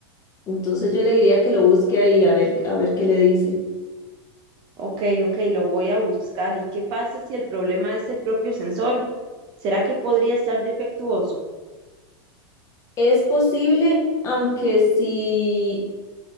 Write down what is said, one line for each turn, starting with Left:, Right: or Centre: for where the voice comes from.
Left: Entonces yo le diría que lo busque ahí a ver, a ver qué le dice.
Right: Ok, ok, lo voy a buscar. ¿Y qué pasa si el problema es el propio sensor? ¿Será que podría estar defectuoso?
Left: Es posible, aunque si